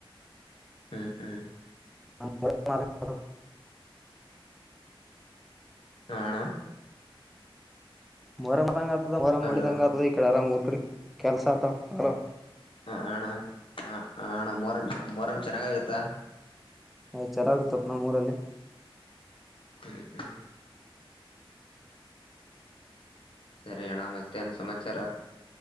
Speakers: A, on the left (about 65°); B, in the centre.
A: ಹ್ಮ್ ಹ್ಮ್
B: <inaudible>
A: ಹಣ
B: ಮರ ಮದಂಗ ಆರಾಮ
A: ಹಲೋ
B: ಮಾಡಿದಂಗ ಅದು ಈಡೆ ಆರಾಮ್ ಡೆ ಕೆಲಸ ಅ ಬರ
A: ಹ ಹಣ ಹ ಹಣ ಮೊರಂ ಮೊರಂ ಚೆನ್ನಾಗ ಆಗತ್ತಾ
B: ಆಯ್ ಚೆಲಾಗುತ್ತಪ್ಪ ನಾ ಮೂಊರಲ್ಲಿ
A: ಹ್ಮ್ ಹ್ಮ್ ಸರಿ ಅಣ್ಣ ಮತ್ತೆನ್ ಸಮಾಚಾರ